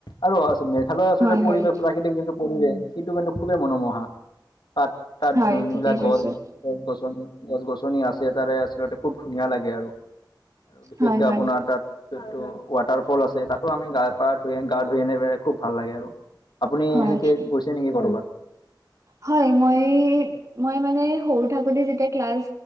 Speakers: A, on the left; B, on the right.
A: আৰু অ', চোন মেঘালয় তাতে
B: হয়
A: পৰিৱেশ
B: হয়
A: প্ৰাকৃতিক যোনটো পৰিৱেশ সেইটো কিন্তু খুবেই মনোমোহা। কাত তাত
B: হয়
A: ধুন্ধুলা
B: ঠিকে কৈছে
A: গছ, গছ গছনি, গছ গছনি আছে তাৰে আচলতে খুব ধুনীয়া লাগে আৰু। বিশেষকে
B: হয় হয়
A: আপোনাৰ তাত টো টো ৱাটাৰ ফল আছে তাতো আমি গা পা ধুই গা ধুই এনে বে খুব ভাল লাগে আৰু। আপুনি
B: হয়
A: সেনেকে গৈছে নেকি কৰবাত?
B: হয় মই মই মানে সৰু থাকোতে যেতিয়া ক্লাছ